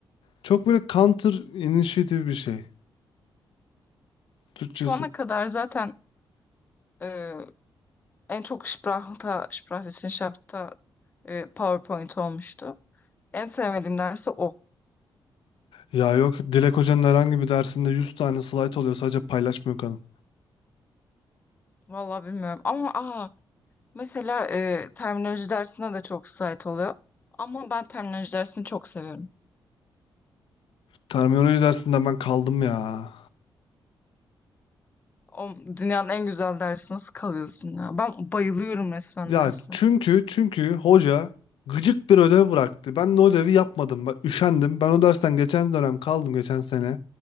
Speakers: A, on the left; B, on the left.
A: Çok böyle counter initiative bir şey. Türkçesi.
B: Şu ana kadar zaten e, en çok Sprach'ta, Sprachwissenschaft'ta e, PowerPoint olmuştu. En sevmediğim dersi o.
A: Ya yok Dilek Hoca'nın herhangi bir dersinde 100 tane slide oluyor sadece paylaşmıyor kadın.
B: Vallahi bilmiyorum. Ama aa, mesela e, terminoloji dersine de çok slayt oluyor. Ama ben terminoloji dersini çok seviyorum.
A: Terminoloji dersinden ben kaldım ya.
B: O dünyanın en güzel dersi nasıl kalıyorsun ya? Ben bayılıyorum resmen
A: Ya
B: dersi.
A: çünkü çünkü hoca gıcık bir ödev bıraktı. Ben de o ödevi yapmadım. Ben üşendim. Ben o dersten geçen dönem kaldım geçen sene.